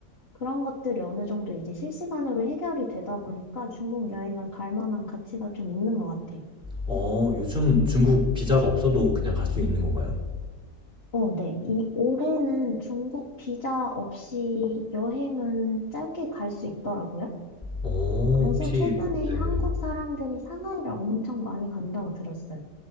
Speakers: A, on the left; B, in the centre.
A: 그런 것들이 어느 정도 이제 실시간으로 해결이 되다 보니까 중국 여행을 갈 만한 가치가 좀 있는 것 같아요.
B: 어, 요즘 중국 비자가 없어도 그냥 갈 수 있는 건가요?
A: 어, 네. 이 올해는 중국 비자 없이 여행은 짧게 갈 수 있더라고요.
B: 어,
A: 그래서
B: 혹시,
A: 최근에
B: 네네.
A: 한국 사람들이 상하이를 엄청 많이 간다고 들었어요.